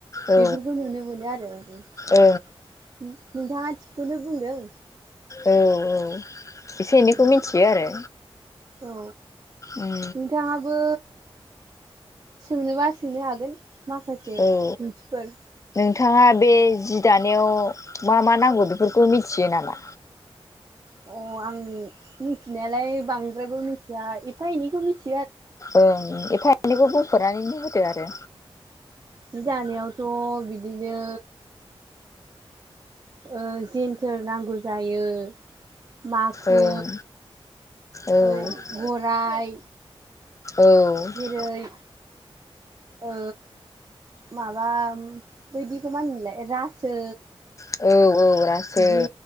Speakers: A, on the left; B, on the right.
A: औ
B: बेफोरखौ नुनो मोनो आरो औ औ
A: ओं
B: नोंथाङा थिगखौनो बुंदों
A: औ औ एसे एनैखौ
B: औ
A: मिथियो आरो
B: औ
A: उम
B: नोंथाङाबो सोंनोबा सोंनो हागोन माखास
A: औ
B: सोंथिफोर
A: नोंथाङा बे जि दानायाव मा मा नांगौ बेफोरखौ मिथियो नामा?
B: अ आं मिथिनायालाय बांद्रायबो मिथिया एफा एनैखौ मिथि
A: ओं एफा एनैखौ बुंफोरनानैनो होदो आरो
B: जि दानायावथ' बिदिनो ओ जेनथोर नांगौ जायो माखु
A: ओं औ
B: ओ गराइ
A: औ
B: जेरै ओ माबा बायदिखौ मा होनो मोनलाय रासो
A: औ औ रासो
B: बिदि